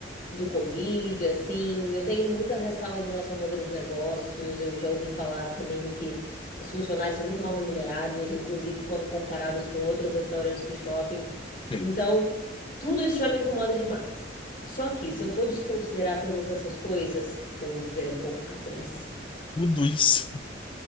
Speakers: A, on the left; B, on the left.
A: do Covid, assim, eu tenho muitas ressalvas em relação ao modelo de negócios. Eu já ouvi falar também que os funcionários são muito mal remunerados, inclusive quando comparados com outros restaurantes do shopping.
B: Feio.
A: Então, tudo isso já me incomoda demais. Só que, se eu for desconsiderar todas essas coisas, pô, o hambúrguer é bom à beça.
B: Tudo isso